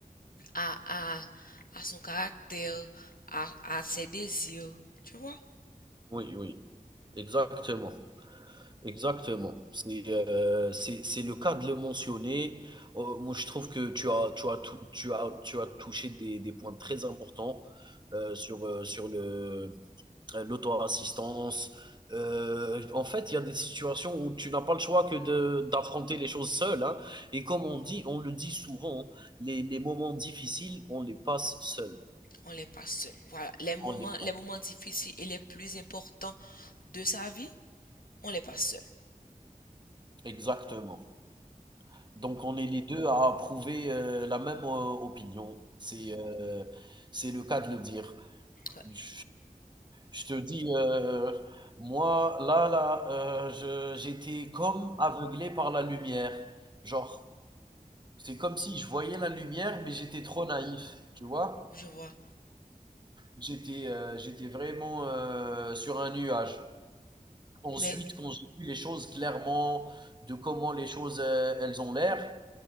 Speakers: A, on the left; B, on the right.
A: à, à, à son caractère, à, à ses désirs, tu vois?
B: oui, oui. exactement. Exactement. C'est euh, c'est c'est le cas de le mentionner. Euh, moi, je trouve que tu as tu as tou- tu as tu as touché des des points très importants euh, sur euh, sur le euh, l'auto-assistance. Euh, en fait, il y a des situations où tu n'as pas le choix que de d'affronter les choses seul, hein. Et comme on dit, on le dit souvent, les les moments difficiles, on les passe seul.
A: On n'est pas seul. Voilà, les moments,
B: On les passe.
A: les moments difficiles et les plus importants de sa vie, on n'est pas seul.
B: Exactement. Donc on est les 2 à approuver, heu, la même, heu, opinion. C'est, heu, c'est le cas de le dire.
A: Ouais,
B: Je je te dis, heu, moi là là, heu, je j'étais comme aveuglé par la lumière. Genre, c'est comme si je voyais la lumière, mais j'étais trop naïf, tu vois?
A: je vois.
B: J'étais, heu, j'étais vraiment, heu, sur un nuage. Ensuite,
A: Mais
B: quand j'ai vu les choses clairement, de comment les choses, heu, elles ont l'air,